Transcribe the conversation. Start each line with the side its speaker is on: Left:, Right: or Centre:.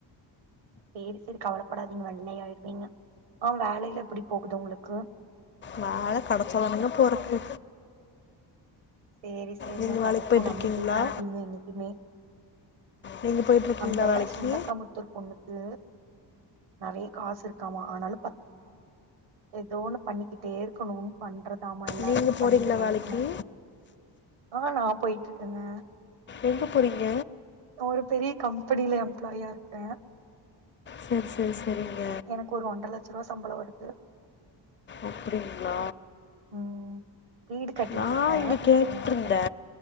Right: சேரி சேரி கவலப்படாதீங்க வெள்ளை ஆயிருவீங்க அ வேலையிலா எப்டி போகுது உங்களுக்கு
Left: வேல கெடச்சா தானுங்க போறக்கு
Right: சேரி சேரிங்க
Left: நீங்க வேலைக்கு
Right: கெடைக்கு
Left: போயிட்ருக்கீங்களா
Right: நம்பிக்கைய விடாதீங்க என்னைக்குமே
Left: நீங்க போயிட்ருக்கீங்களா
Right: அந்த
Left: வேலைக்கு
Right: சுண்டக்காமுத்தூர் பொண்ணுக்கு நறைய காசு இருக்காமா அனால எதோ ஒன்னு பண்ணிக்கிட்டே இருக்கணு பண்றதாமா எல்லாத்துக்கு
Left: நீங்க போறீங்களா
Right: பண்ணிட்டே
Left: வேலைக்கு
Right: இருக்குமா அ நல்லா போயிட்டு இருக்குங்க
Left: எங்க போறீங்க
Right: நா ஒரு பெரிய கம்பெனில எம்ப்ளாயியா இருக்க
Left: செர் செர் செரிங்க
Right: எனக்கு ஒரு ஒன்ற லட்ச ருவா சம்பளோ வருது
Left: அப்டிங்களா
Right: ம் வீடு கட்டிட்டு
Left: நா
Right: இருக்கே
Left: இங்க கேட்டுருந்தே